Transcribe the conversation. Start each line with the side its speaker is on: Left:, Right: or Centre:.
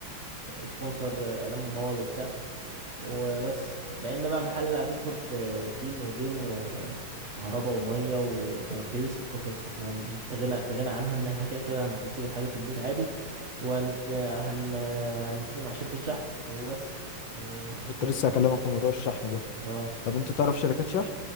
Right: وسبونسر اعلام ممول وبتاع وبس لان بقى محل هتدخل في سين وجيم وكهرباء وميه وتراخيص وقصص احنا مش غنى في غنى عنها ان احنا كده كده هنسيب الحاجه في البيت عادي وهنت هن... هنتفق مع شركه شحن وبس وخلصت
Left: كنت لسه هكلمك في موضوع الشحن ده
Right: اه
Left: طب انت تعرف شركات شحن؟